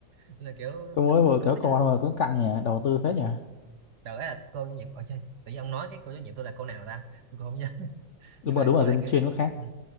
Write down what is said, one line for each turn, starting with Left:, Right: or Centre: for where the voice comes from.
Right: <laughs> Nên là kiểu
Left: có mới
Right: đúng
Left: vừa
Right: đúng
Left: kiểu
Right: nó
Left: con
Right: chứ
Left: mà cũng căng nhỉ, đầu tư phết
Right: ừ.
Left: nhỉ.
Right: đợt ấy là cô giáo nhiệm ở chơi tự nhiên ông nói cái cô giáo nhiệm tôi là cô nào ta tôi cũng không nhớ <laughs>
Left: Đúng
Right: nhưng
Left: mà
Right: mà cái
Left: đúng
Right: cô
Left: là dân
Right: đấy kiểu
Left: chuyên
Right: cũng
Left: có khác.
Right: ừ